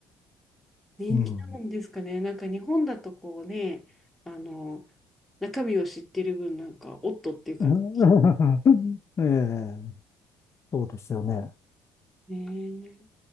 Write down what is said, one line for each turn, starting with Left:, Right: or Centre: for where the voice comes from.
Centre: 人気なんですかね。
Left: うん。
Centre: なんか日本だとこうね、あの、中身を知ってる分、なんか、おっとっていう感じ。
Left: <laughs> ええ、そうですよね。
Centre: ね